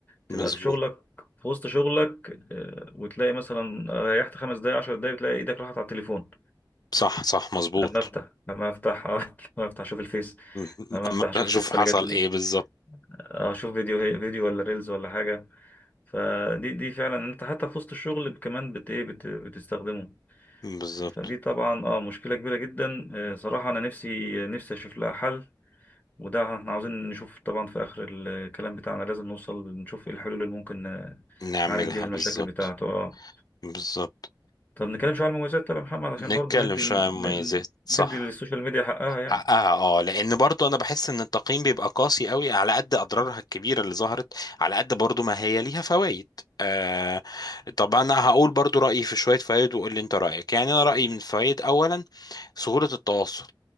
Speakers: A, on the left; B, on the left.
A: تبقى
B: مظبوط
A: في شغلك في وسط شغلك آه، وتلاقي مثلا ريحت خمس دقايق عشر دقايق تلاقي ايدك راحت على التليفون
B: صح صح مظبوط
A: لما افتح لما افتح <laughs> آه، لما افتح اشوف الفيس
B: مم،
A: لما افتح
B: أما
A: اشوف
B: اشوف
A: في رسالة
B: حصل
A: جات لي
B: ايه بالظبط
A: آه، اشوف فيديو فيديو ولا ريلز ولا حاجة فدي دي فعلا انت حتى في وسط الشغل كمان بت ايه بت بتستخدمه
B: بالظبط
A: فدي طبعا اه مشكله كبيره جدا آه، صراحه انا نفسي نفسي اشوف لها حل وده احنا عاوزين نشوف طبعا في اخر الكلام بتاعنا لازم نوصل نشوف ايه الحلول اللي ممكن ن-
B: نعملها
A: نعالج بيها المشاكل
B: بالظبط
A: بتاعته اه
B: بالظبط
A: طب نتكلم شويه عن المميزات طب يا محمد عشان
B: نتكلم
A: برضو ندي
B: شوية
A: ال...
B: عن مميزات
A: ن-
B: صح
A: ندي للسوشيال ميديا حقها يعني
B: حقها اه لان برضو انا بحس ان التقييم بيبقى قاسي قوي على قد اضرارها الكبيره اللي ظهرت على قد برضو ما هي ليها فوائد آه طب انا هقول برضو رايي في شويه فوائد وقول لي انت رايك يعني انا رايي من فوائد اولا سهوله التواصل